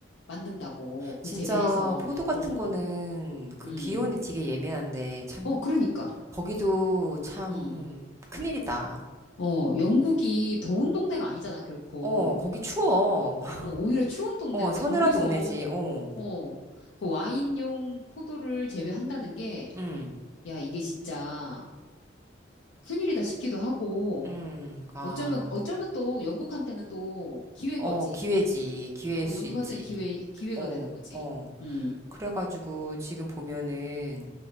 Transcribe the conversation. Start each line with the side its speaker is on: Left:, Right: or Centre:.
Left: 만든다고 그
Right: 진짜
Left: 재배해서.
Right: 포도 같은
Left: 어,
Right: 거는 그
Left: 음,
Right: 기온이 되게 예민한데 참
Left: 어, 그러니까,
Right: 거기도 참
Left: 음,
Right: 큰일이다.
Left: 어, 영국이 더운 동네가 아니잖아 결코.
Right: 어, 거기 추워. <laughs>
Left: 어, 오히려 추운 동네인데
Right: 어, 서늘한
Left: 거기서
Right: 동네지. 어.
Left: 어, 그 와인용 포도를 재배한다는 게
Right: 음.
Left: 야, 이게 진짜 큰일이다 싶기도 하고.
Right: 음. 아.
Left: 어쩌면, 어쩌면 또 영국한테는 또 기회인
Right: 어,
Left: 거지.
Right: 기회지. 기회일
Left: 어,
Right: 수
Left: 연구한테는
Right: 있지.
Left: 기회, 기회가
Right: 어.
Left: 되는 거지.
Right: 어.
Left: 음,
Right: 그래가지고 지금 보면은